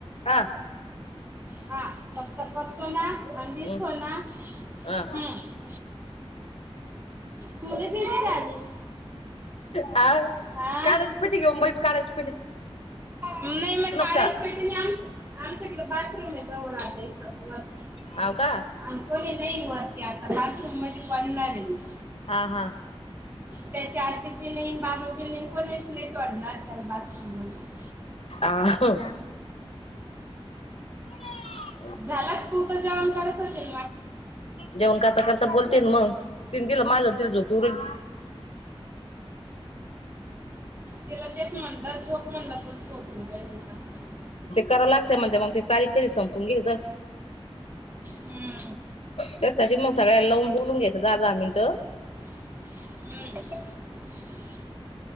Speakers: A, on the left; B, on the right.
A: हा
B: हा फक्त करतो ना आणि
A: हम्
B: लिहितो ना.
A: हा.
B: हम्म तुला भीती झाली
A: आ
B: हा
A: कड्याची पेटी घेऊन बैस काड्यांची.
B: नाही मग कड्याच्या
A: त्याला.
B: पेटी नाही आम आमच्याकडे बाथरूम आहे जवळ इथ. वरती
A: हाव का?
B: आणि कोणी नाही वरती आता बाथरूम मध्ये पडणार ह <inaudible>
A: हा हा.
B: त्याची आजी बी नाही बाबा बी नाही कोनीच नाही सोडणार त्याला. बाथरूम मध्ये
A: आ. हो. <inaudible>
B: झाला का तू तर जेवण करत च ये.
A: जेवण करता करता बोल. मग तिने दिलं माझ तिला झोप येऊ राहिली.
B: तिला तेच म्हणलं झोप म्हणलं पण झोपून राहिली तर.
A: कराव लागत म्हणत मग ते तारीख कधी संपून गेली तर.
B: हम्म
A: त्यासाठी मग सगळ्या लावून बोलून घ्यायच. दहा दहा मिनिटं.
B: हम्म.